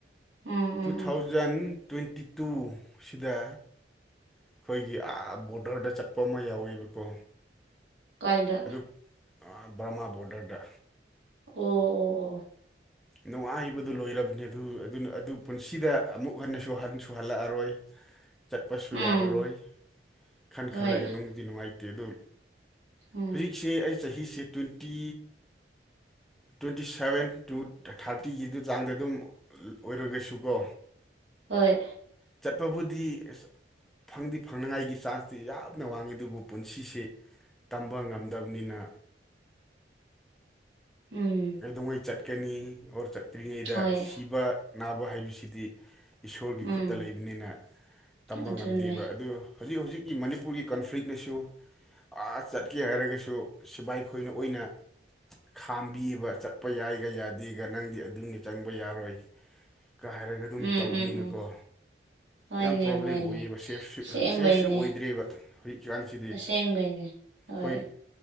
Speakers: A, on the right; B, in the centre.
A: um um
B: two thousand
A: ꯎꯝ
B: twenty ꯇꯨꯁꯤꯗ ꯑꯩꯈꯣꯏꯒꯤ ꯑꯩ ꯕꯣꯔꯗꯔꯗ ꯆꯠꯄ ꯑꯃ ꯌꯥꯎꯋꯦꯕꯀꯣ
A: ꯀꯥꯏꯗ
B: ꯑꯗꯨꯛ ꯑ ꯕꯔꯃꯥ ꯕꯣꯔꯗꯔꯗ
A: ꯑꯣ ꯑꯣ ꯑꯣ
B: ꯅꯨꯡꯉꯥꯏꯕꯗꯨ ꯂꯣꯏꯔꯕꯅꯤ ꯑꯗꯨ ꯑꯗꯨ ꯄꯨꯟꯁꯤꯗ ꯑꯃꯨꯛ ꯍꯟꯅꯁꯨ ꯍꯟꯁꯨ ꯍꯜꯂꯛꯑꯔꯣꯏ
A: <inaudible>
B: ꯆꯠꯄꯁꯨ
A: ꯎꯝ
B: ꯌꯥꯔꯔꯣꯏ ꯈꯟ
A: ꯍꯣꯏ
B: ꯈꯜꯂꯒ ꯅꯨꯡꯗꯤ ꯅꯨꯡꯉꯥꯏꯇꯦ ꯑꯗꯨ
A: ꯎꯝ
B: ꯍꯧꯖꯤꯛꯁꯦ ꯑꯩ ꯆꯍꯤꯁꯦ ꯇ꯭ꯋꯦꯟꯇꯤ ꯇ꯭ꯋꯦꯟꯇꯤ ꯁꯚꯦꯟ ꯇꯨ ꯊꯥꯔꯇꯤꯒꯤꯗꯨ ꯆꯥꯡꯗ ꯑꯗꯨꯝ ꯑꯣꯏꯔꯒꯁꯨꯀꯣ
A: ꯍꯣꯏ
B: ꯆꯠꯄꯕꯨꯗꯤ ꯐꯪꯗꯤ ꯐꯪꯅꯉꯥꯏꯒꯤ ꯆꯥꯟꯁꯇꯤ ꯌꯥꯝꯅ ꯋꯥꯡꯉꯤ ꯑꯗꯨꯕꯨ ꯄꯨꯟꯁꯤꯁ‌ꯦ ꯇꯝꯕ ꯉꯝꯗꯕꯅꯤꯅ
A: <inaudible> ꯎꯝ
B: ꯀꯩꯗꯧꯉꯩ ꯆꯠꯀꯅꯤ ꯑꯣꯔ ꯆꯠꯇ꯭ꯔꯤꯉꯩꯗ
A: ꯍꯣꯏ
B: ꯁꯤꯕ ꯅꯥꯕ ꯍꯥꯏꯕꯁꯤꯗꯤ ꯏꯁꯣꯔꯒꯤ
A: ꯎꯝ
B: ꯈꯨꯠꯇ ꯂꯩꯕꯅꯤꯅ ꯇꯝꯕ
A: ꯑꯗꯨꯅꯦ
B: ꯉꯝꯗꯦꯕ ꯑꯗꯨ ꯍꯧꯖꯤꯛ ꯍꯧꯖꯤꯛꯀꯤ ꯃꯅꯤꯄꯨꯔꯒꯤ ꯀꯟꯐ꯭ꯂꯤꯛꯅꯁꯨ ꯑ ꯆꯠꯀꯦ ꯍꯥꯏꯔꯒꯁꯨ ꯁꯤꯕꯥꯏ ꯈꯣꯏꯅ ꯑꯣꯏꯅ ꯈꯥꯝꯕꯤ ꯌ‌ꯦꯕ ꯆꯠꯄ ꯌꯥꯏꯒ ꯌꯥꯗꯦꯒ ꯅꯪꯗꯤ ꯑꯗꯨꯅꯤ ꯆꯪꯕ ꯌꯥꯔꯣꯏ ꯀ ꯍꯥꯏꯔꯒ ꯑꯗꯨꯝ
A: ꯎꯝ
B: ꯇꯧꯅꯤꯅꯀꯣ
A: ꯎꯝ ꯎꯝ ꯍꯣꯏꯅꯦ
B: ꯌꯥꯝ ꯄ꯭ꯔꯣꯕ꯭ꯂꯦꯝ
A: ꯍꯣꯏꯅꯦ
B: ꯑꯣꯏꯌꯦꯕ ꯁꯦꯐꯁꯨ
A: ꯑꯁꯦꯡꯕꯩꯅꯦ
B: ꯁ‌ꯦꯐꯁꯨ ꯑꯣꯏꯗ꯭ꯔꯦꯕ ꯍꯧꯖꯤꯛ ꯆꯥꯡꯁꯤꯗꯤ
A: ꯑꯁꯦꯡꯕꯩꯅꯦ ꯍꯣꯏ
B: ꯈꯣꯏ